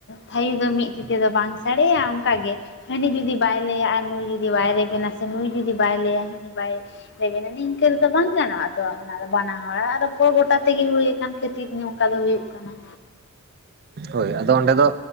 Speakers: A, on the left; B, on the right.
A: ᱛᱷᱟᱭᱚ ᱫᱚ ᱢᱤᱫ ᱛᱮᱫᱚ ᱫᱚ ᱵᱟᱝ ᱥᱟᱰᱮᱭᱟ ᱚᱱᱠᱟᱜᱮ ᱦᱟᱹᱱᱤ ᱡᱩᱫᱤ ᱵᱟᱭ ᱞᱟᱹᱭᱟ ᱟᱨ ᱱᱩᱭ ᱡᱩᱫᱤ ᱵᱟᱭ ᱨᱮᱵᱮᱱᱟ ᱥᱮ ᱱᱩᱭ ᱡᱩᱫᱤ ᱵᱟᱭ ᱞᱟᱹᱭᱟ ᱦᱟᱹᱱᱤ ᱵᱟᱭ ᱨᱮᱵᱮᱱ ᱱᱤ ᱱᱤᱱᱝᱠᱟᱹ ᱨᱮᱫᱚᱚ ᱵᱟᱝ ᱜᱟᱱᱚᱜ-ᱟ ᱛᱚ ᱚᱱᱟ ᱫᱚ ᱵᱟᱱᱟ ᱦᱚᱲ ᱟᱨᱫᱚ ᱯᱚᱨ ᱜᱚᱴᱟ ᱛᱮᱜᱮ ᱦᱩᱭᱩ ᱟᱠᱟᱱ ᱠᱷᱟᱹᱛᱤᱨ ᱚᱱᱠᱟ ᱫᱚ ᱦᱩᱭᱩᱜ ᱠᱟᱱᱟ
B: ᱦᱳᱭ ᱟᱫᱚ ᱚᱸᱰᱮ ᱫᱚ